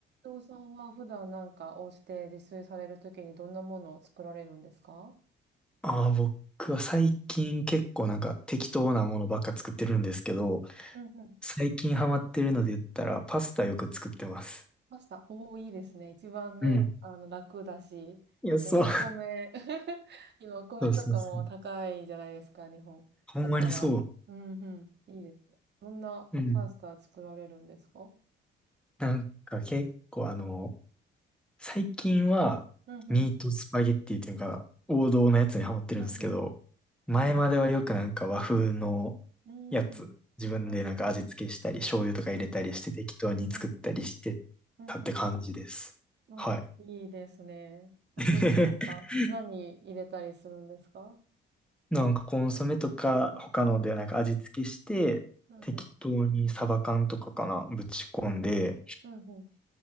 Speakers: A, on the right (about 60°); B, in the centre.
A: 伊藤さんは普段なんかお家で自炊されるときにどんなものを作られるんですか
B: ああ、僕は最近結構なんか適当なものばっか作ってるんですけど、
A: うんうん。
B: 最近ハマってるので言ったらパスタよく作ってます。
A: パスタ。おお、いいですね。一番ね、
B: うん。
A: あの、楽だし、
B: いや、
A: あと今お米
B: そう。
A: <laughs> 今お米とかも高いじゃないですか、
B: そうそうそう。
A: 日本。
B: ほんまにそう。
A: だから、うんうん、いいですね。どんなパスタ作られるんですか
B: うん。なんか結構あの、最近はミートスパゲッティっていうか王道のやつにハマってるんですけど、
A: うんうん、うんうん、
B: 前まではよくなんか和風の
A: うんうん、
B: やつ、
A: うーん、
B: 自分でなんか味付けしたり、
A: うんうん、
B: 醤油とか入れたりして適当に作ったりしてたって感じです。
A: うんうん、うんうん、うんうん。うん、
B: はい。
A: いいですね。和風パスタ。
B: <laughs>
A: 何入れたりするんですか
B: なんかコンソメとか他のでなんか味付けして適当にサバ缶とかかなぶち込んでっ
A: うんうん、うんうん、うんうん、うん